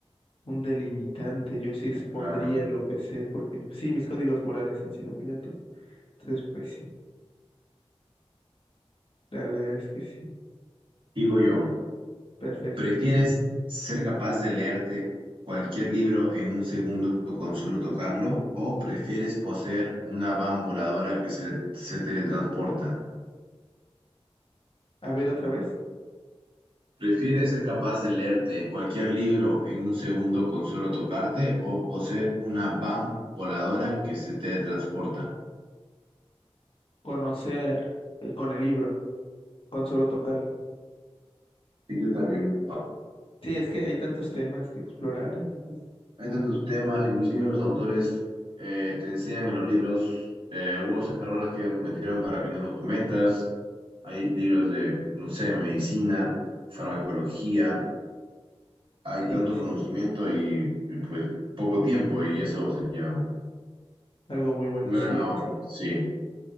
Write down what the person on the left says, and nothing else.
un delimitante. Yo sí expondría
lo que sé, porque sí, mis códigos morales han sido muy altos. Entonces, pues sí, la realidad es que sí.
Perfecto.
A ver, otra vez.
Conocer eh, con el libro, con solo tocarlo.
Sí, es que hay tantos temas que explorar, entonces,
sí,
sí, sí,
algo muy bueno,
sí.